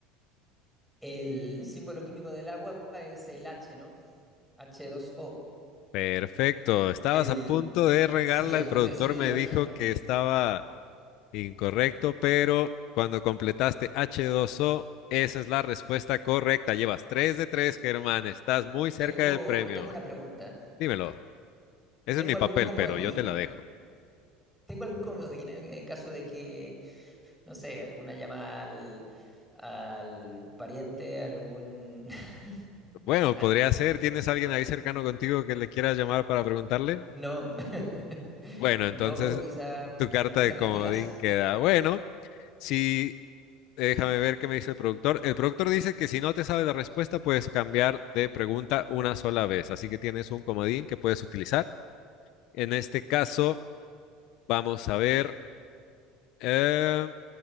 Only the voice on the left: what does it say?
Perfecto. Estabas
a punto de regarla.
El
productor
me dijo que estaba incorrecto, pero cuando completaste H2O, esa es la respuesta correcta. Llevas 3 de 3, Germán. Estás muy cerca
del premio.
Dímelo. Ese
es mi
papel,
pero yo te la dejo.
Bueno,
podría ser. ¿Tienes
alguien ahí cercano contigo que le quieras llamar para preguntarle?
Bueno,
entonces
tu
carta
de comodín queda. Bueno, si déjame ver qué me dice el productor. El productor dice que si no te sabe la respuesta, puedes cambiar de pregunta una sola vez. Así que tienes un comodín que puedes utilizar. En este caso, vamos a ver eh,